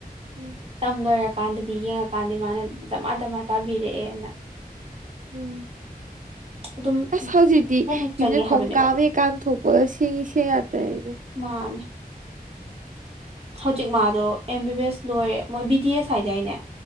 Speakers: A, on the right; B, on the right.
A: ꯎꯝ
B: ꯇꯝ ꯂꯣꯏꯔꯀꯥꯟꯗꯗꯤ ꯌꯦꯡꯉꯀꯥꯟꯗꯤ ꯃꯥꯅ ꯗꯃꯥ ꯗꯝꯃꯥ ꯇꯥꯕꯤꯔꯛꯑꯦꯅ
A: ꯎꯝ
B: ꯑꯗꯨꯝ
A: ꯑꯁ ꯍꯧꯖꯤꯛꯇꯤ
B: ꯂꯣꯏꯅ
A: ꯌꯨꯝꯗꯩ
B: ꯆꯪꯉꯦ
A: ꯈꯣꯡꯀꯥꯞ
B: ꯍꯥꯏꯕꯅꯦꯕ
A: ꯑꯃꯍꯦꯛ ꯀꯥꯟꯊꯣꯛꯄꯒ ꯁꯦꯟꯒꯤ ꯁꯦꯟ ꯌꯥꯛꯇꯅꯤꯗ
B: ꯃꯥꯅꯦ ꯍꯧꯖꯤꯛ ꯃꯥꯗꯣ ꯑꯦꯝ ꯕꯤ ꯕꯤ ꯑꯦꯁ ꯂꯣꯏꯔꯦ ꯃꯣꯏ ꯕꯤ ꯗꯤ ꯑꯦꯁ ꯍꯥꯏꯗꯥꯢꯅꯦ